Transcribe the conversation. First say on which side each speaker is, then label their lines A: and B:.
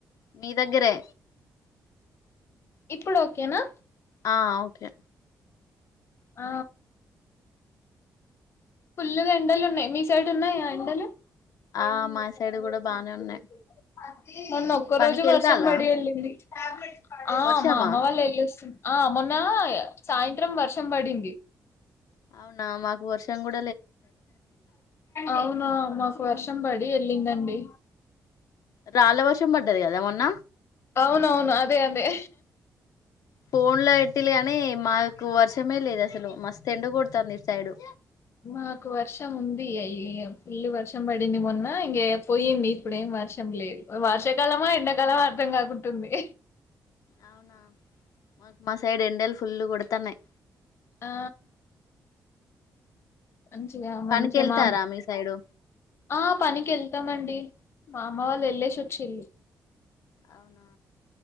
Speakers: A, on the left (about 75°); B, on the left (about 45°).
A: మీ దగ్గరే
B: ఇప్పుడు ఓకేనా
A: ఆ ఓకే
B: ఆ ఫుల్గా ఎండలు ఉన్నాయి మీ సైడ్ ఉన్నాయా ఎండలు <unintelligible>
A: ఆ మా సైడ్ కూడా బానే ఉన్నాయి
B: మొన్న ఒక్క
A: పనికి
B: రోజు వర్షం
A: వెళ్తాలా
B: పడి యెళ్ళింది ఆ
A: వర్షమా
B: మా అమ్మ వాళ్ళు వెళ్ళొస్తురు ఆ మొన్న సాయంత్రం వర్షం బడింది
A: అవునా మాకు వర్షం గూడా
B: అవునా మాకు వర్షం బడి యెళ్ళిందండి
A: రాళ్ళ వర్షం బడ్డది గదా మొన్న
B: అవునవును అదే అదే
A: ఫోన్ ల బెట్టిల్లు గానీ మాకు వర్షమే లేదు అసలు మస్త్ ఎండ గొడుతుంది ఇటు సైడు
B: మాకు వర్షం ఉంది అయి ఫుల్ వర్షం పడింది మొన్న ఇంక పోయింది ఇప్పుడేం వర్షం లేదు వర్షాకాలమా ఎండాకాలమా అర్థం కాకుంటుంది
A: అవునా మాకు మా సైడ్ ఎండలు ఫుల్లు కొడతున్నాయ్
B: ఆ మంచిగా మంచిగా
A: పనికి వెళ్తారా
B: మా
A: మీ సైడు
B: ఆ పనికి యెళ్తామండి మా అమ్మ వాళ్ళు ఎల్లేసి వచ్చిళ్ళు
A: అవునా